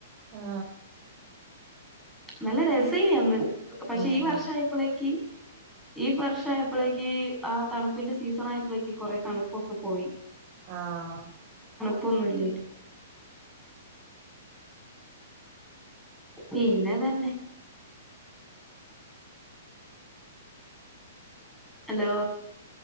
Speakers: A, on the right; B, in the centre.
A: ആ
B: നല്ല രസേയി അന്ന് പക്ഷെ
A: ഉം
B: ഈ വർഷായപ്പളേക്ക് ഈ വർഷായപ്പളേക്ക് ആ തണുപ്പിന്റെ സീസൺ ആയപ്പളേക്ക് കൊറെ തണുപ്പൊക്കെ പോയി.
A: ആഹ് -
B: ഇപ്പൊന്നുമില്ലേനു പിന്നെ അതെന്നെ. ഹലോ